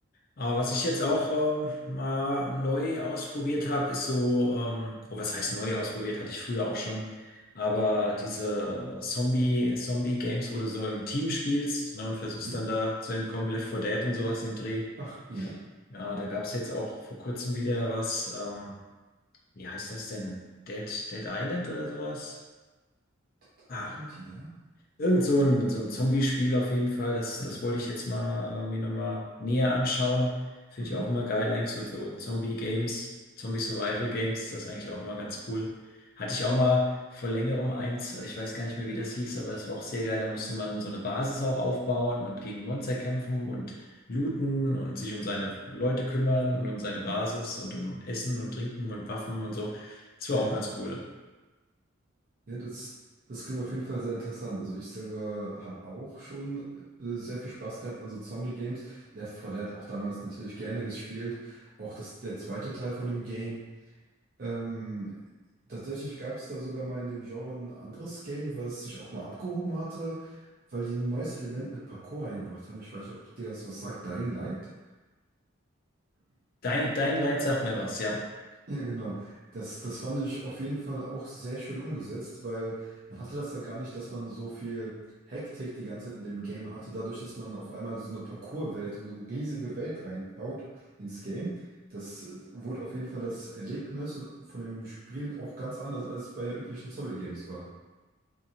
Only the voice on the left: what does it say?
Aber was ich jetzt auch ähm, mal neu ausprobiert habe, ist so, ähm, oh, was heißt neu ausprobiert? Hatte ich früher auch schon. Aber diese Zombie, Zombie-Games, wo du so im Team spielst, ne, und versuchst
dann da zu entkommen, Left 4 Dead und sowas im Dreh.
Ja, da gab's jetzt auch vor kurzem wieder was, ähm, wie heißt das denn? Dead, Dead Island oder sowas?
Ah,
Irgend so ein, so ein Zombie-Spiel auf jeden Fall. Das, das wollte ich jetzt mal äh, mir nochmal näher anschauen. Finde
ich auch immer geil, eigentlich so, so Zombie-Games, Zombie-Survival-Games, das ist eigentlich auch immer ganz cool. Hatte ich auch mal vor längerem eins, äh, ich weiß gar nicht mehr, wie das hieß, aber das war auch sehr geil. Da musste man so eine Basis auch aufbauen und gegen die Monster kämpfen und looten und sich um seine Leute kümmern und um seine Basis
und um Essen und Trinken und Waffen und so. Das
war auch ganz cool.
Dein, dein Leid sagt mir was, ja.